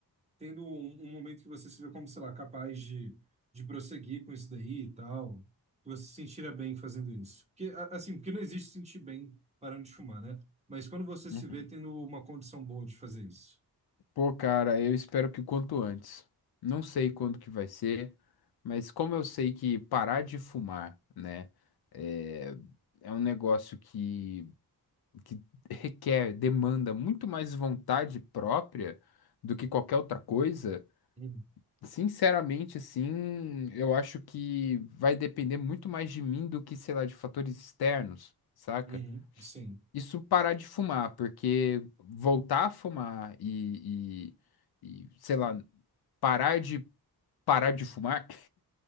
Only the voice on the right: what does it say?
tendo um, um momento que você se vê como, sei lá, capaz de, de prosseguir com isso daí e tal, que você se sentirá bem fazendo isso. Porque, a- assim, porque não existe sentir bem parando de fumar, né? Mas quando você se
vê tendo uma condição boa de fazer isso.
Uhum.
Uhum, sim.